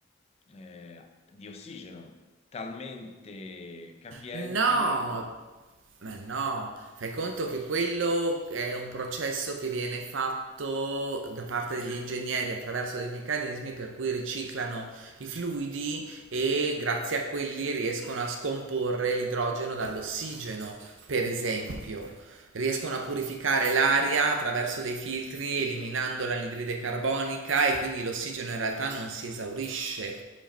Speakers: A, on the left; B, on the right.
A: eh, di ossigeno, talmente capienti.
B: No, ma no, fai conto che quello è un processo che viene fatto da parte degli ingegneri attraverso dei meccanismi per cui riciclano i fluidi e grazie a quelli riescono a scomporre l'idrogeno dall'ossigeno, per esempio. riescono a purificare l'aria attraverso dei filtri eliminando l'anidride carbonica e quindi l'ossigeno in realtà non si esaurisce.